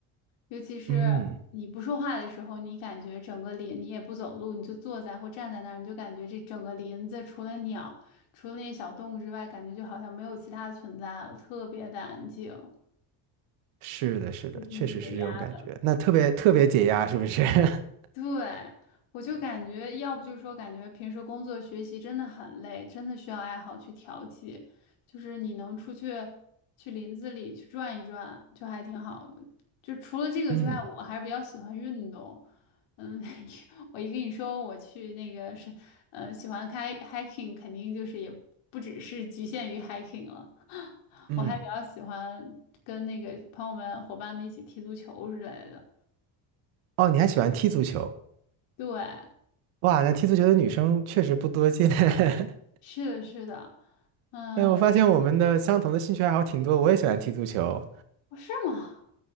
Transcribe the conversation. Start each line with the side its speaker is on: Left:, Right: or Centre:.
Left: 尤其是你不说话的时候，
Right: 嗯，
Left: 你感觉整个林，你也不走路，你就坐在或站在那儿，你就感觉这整个林子除了鸟，除了那些小动物之外，感觉就好像没有其他存在了，特别的安静，
Right: 是的，是的，
Left: 就挺解压的。
Right: 确实是这种感觉，那特别特别解压，是不是？<laughs>
Left: 对，我就感觉，要不就是说，感觉平时工作学习真的很累，真的需要爱好去调剂，就是你能出去去林子里去转一转，就还挺好的。就除了这个之外，
Right: 嗯
Left: 我还是比较喜欢运动。嗯，<laughs> 我一跟你说我去那个是，呃，喜欢开 hiking，肯定就是也不只是局限于 hiking 了，
Right: 嗯，
Left: 我还比较喜欢跟那个朋友们、伙伴们一起踢足球之类的。
Right: 哦，你还喜欢踢足球？
Left: 对。
Right: 哇，那踢足球的女生确实不多见。<laughs>
Left: 是的，是的，嗯，
Right: 哎，我发现我们的相同的兴趣爱好挺多，我也喜欢踢足球。
Left: 哦是吗？